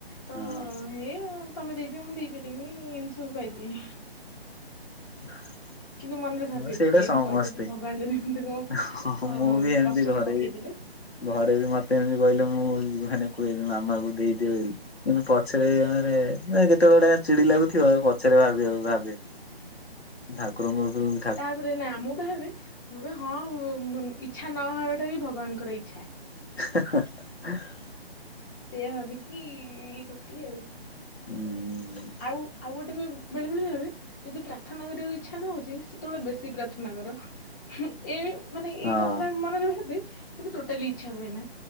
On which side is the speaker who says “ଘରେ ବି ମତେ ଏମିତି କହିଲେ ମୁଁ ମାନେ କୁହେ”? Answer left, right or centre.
Left